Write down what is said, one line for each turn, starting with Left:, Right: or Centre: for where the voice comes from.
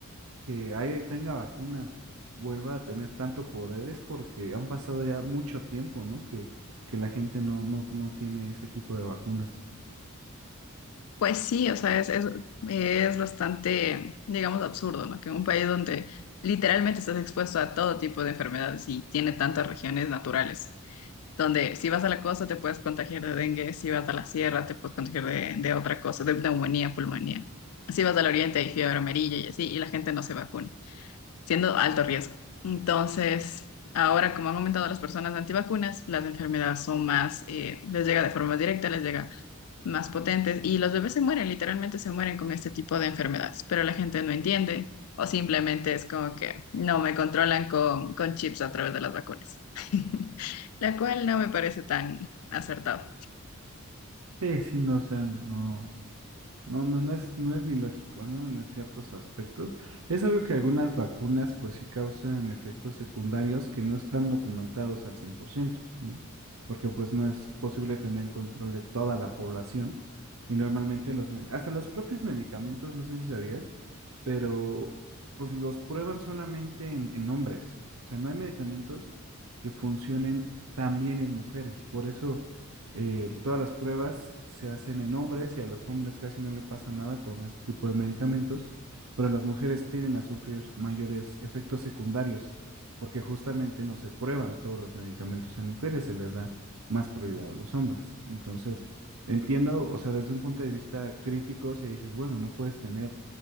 Right: que ahí tenga vacuna vuelva a tener tanto poderes porque han pasado ya mucho tiempo, ¿no? Que, que la gente no, no, no tiene ese tipo de vacunas.
Left: Pues sí, o sea, es, es, es bastante, digamos, absurdo, ¿no? Que un país donde literalmente estás expuesto a todo tipo de enfermedades y tiene tantas regiones naturales, donde si vas a la costa te puedes contagiar de dengue, si vas a la sierra te puedes contagiar de, de otra cosa, de neumonía, pulmonía. Si vas al oriente hay fiebre amarilla y así, y la gente no se vacuna, siendo alto riesgo. Entonces, ahora como han aumentado las personas antivacunas, las enfermedades son más, eh, les llega de forma directa, les llega más potentes y los bebés se mueren, literalmente se mueren con este tipo de enfermedades, pero la gente no entiende o simplemente es como que no me controlan con, con chips a través de las vacunas, <laughs> la cual no me parece tan acertado.
Right: Sí, sí, no, o sea, no. No, no, no es, no es ni lógico, ¿no? En ciertos aspectos. Es obvio que algunas vacunas, pues sí causan efectos secundarios que no están documentados al cien por ciento ¿no? Porque pues no es posible tener control de toda la población y normalmente los, med- hasta los propios medicamentos, no sé si sabías, pero pues los prueban solamente en, en hombres. O sea, no hay medicamentos que funcionen tan bien en mujeres. Por eso eh, todas las pruebas se hacen en hombres y a los hombres casi no le pasa nada con ese tipo de medicamentos, pero las mujeres tienden a sufrir mayores efectos secundarios porque justamente no se prueban todos los medicamentos en mujeres, se les da más prioridad a los hombres. Entonces, entiendo, o sea, desde un punto de vista crítico, si dices, bueno, no puedes tener